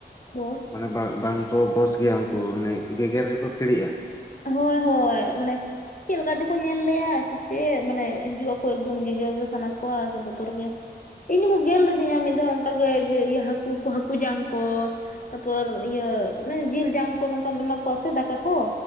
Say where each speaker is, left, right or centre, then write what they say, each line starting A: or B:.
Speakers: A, on the left (about 50°); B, on the left (about 20°).
A: ᱵᱚᱥ,
B: ᱢᱟᱱᱮ ᱵᱟᱝ ᱠᱚ ᱵᱚᱥ ᱜᱮᱭᱟ ᱩᱱᱠᱩ ᱢᱟᱱᱮ ᱜᱮᱜᱮᱨ ᱨᱮᱠᱚ ᱠᱷᱤᱲᱤᱜᱼᱟ᱾
A: ᱦᱳᱭ ᱦᱳᱭ ᱢᱟᱱᱮᱼᱼ ᱪᱮᱫ ᱞᱮᱠᱟ ᱜᱮᱠᱚ ᱧᱮᱞ ᱞᱮᱭᱟ ᱥᱮ ᱪᱮᱫ ᱢᱟᱱᱮ ᱦᱤᱡᱩᱜ ᱟᱠᱚ ᱮᱠᱫᱚᱢ ᱜᱮᱜᱮᱨ ᱜᱮ ᱥᱟᱱᱟ ᱠᱚᱣᱟ ᱥᱮ ᱵᱚᱛᱚᱨ ᱜᱮᱼᱼ ᱤᱧ ᱦᱚᱸᱠᱚ ᱜᱮᱨ ᱞᱤᱫᱤᱼᱧᱟ ᱢᱤᱫ ᱫᱷᱟᱣ ᱚᱱᱠᱟᱜᱮ ᱤᱭᱟᱹ ᱦᱟᱹᱠᱩ ᱠᱚ ᱦᱟᱹᱠᱩ ᱡᱟᱝ ᱠᱚ, ᱛᱟᱨᱯᱚᱨ ᱤᱭᱟᱹ ᱢᱟᱱᱮ ᱡᱤᱞ ᱡᱟᱝ ᱠᱚ ᱱᱚᱝᱠᱟᱢ ᱮᱢᱟ ᱠᱚᱣᱟ ᱥᱮ ᱫᱟᱠᱟ ᱠᱚ